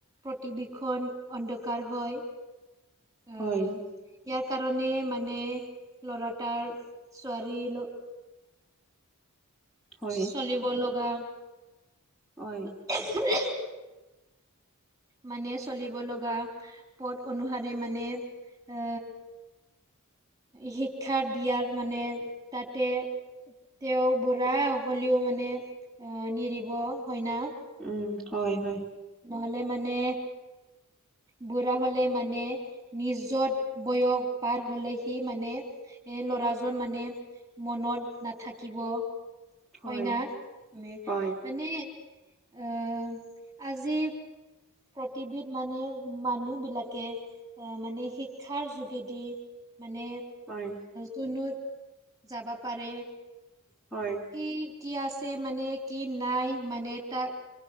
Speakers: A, on the right (about 15°); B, in the centre.
A: প্ৰতিভিখন অন্ধকাৰ হয়। আহ
B: হয়।
A: ইয়াৰ কাৰণে মানে ল'ৰাটাৰ ছোৱালীৰ ল
B: হয়
A: চলিব লগা
B: হয়।
A: <unintelligible> মানে চলিব লগা পদ অনুসাৰে মানে, এ শিক্ষা দিয়াৰ মানে তাতে তেওঁ বুঢ়া হ'লেও মানে অ আনি দিব, হয়না।
B: উম, হয়- হয়।
A: নহ'লে মানে বুঢ়া হ'লে মানে নিজৰ বয়স পাৰ হ'লে সি মানে এ ল'ৰাজন মানে মনত নাথাকিব। হয়
B: হয়
A: না? মানে-মানে
B: হয়
A: অ', আজি প্ৰতিবিধ মানে মানুহ বিলাকে অ, মানে শিক্ষাৰ যোগেদি মানে
B: হয়।
A: তোনোত যাব পাৰে।
B: হয়।
A: কি-কি আছে মানে কি নাই মানে তাক